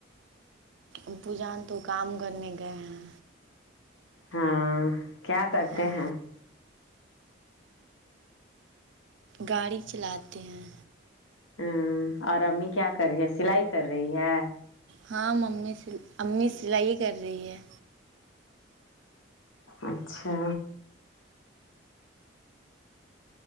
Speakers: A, on the right; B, on the left.
A: ابو جان تو کام کرنے گئے ہیں
B: ہاں کیا کرتے
A: ہاں
B: ہیں
A: گاڑی چلاتے ہیں
B: ہمم اور امی کیا کر رہی ہے سلائی کر رہی ہے
A: ہاں ممی امی سلائی کر رہی ہے
B: اچھا